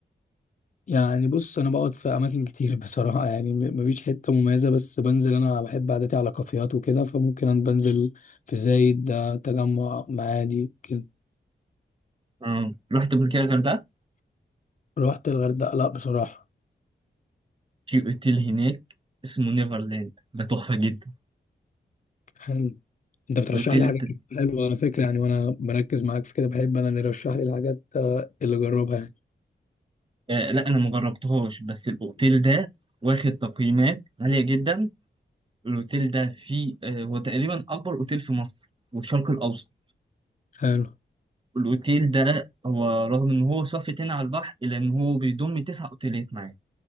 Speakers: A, on the left (about 40°); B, on the right (about 25°).
A: يعني بص انا بقعد في اماكن كتير بصراحه يعني م- مفيش حته مميزه بس بنزل انا بحب عادتي على كافيهات وكده فممكن انا بنزل في زايد ده تجمع معادي كده
B: اه رحت قبل كده الغردقة
A: رحت الغردقه لا بصراحه
B: في اوتيل هناك اسمه نيفرلاند ده تحفة جدا
A: حلو انت بترشح
B: الاوتيل
A: لي طب حاجات
B: ده
A: كتير حلوه على فكره يعني وانا بركز معاك في كده بحب انا اللي يرشح لي الحاجات آه، اللي اجربها يعني
B: آه لا انا مجربتهاش بس الاوتيل ده واخد تقييمات عالية جدا الاوتيل ده فيه آه هو تقريبا اكبر اوتيل في مصر والشرق الاوسط
A: حلو
B: الأوتيل ده هو رغم إن هو صافي تاني على البحر إلا إن هو بيضم تسع أوتيلات معاه